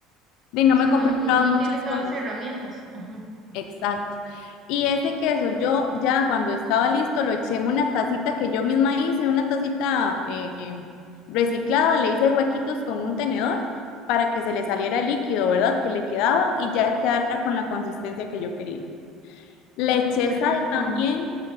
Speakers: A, on the left; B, on the right.
A: de, no
B: Sí,
A: me he comprado
B: no, no, no
A: muchas
B: tiene todas
A: cosas.
B: las herramientas. Ajá.
A: Exacto. Y ese queso, yo ya cuando estaba listo, lo eché en una tacita que yo misma hice, una tacita eh, reciclada, le hice huequitos con un tenedor para que se le saliera el líquido, ¿verdad? Que le quedaba y ya quedara con la consistencia que yo quería. Le
B: Ay,
A: eché
B: qué rico.
A: sal también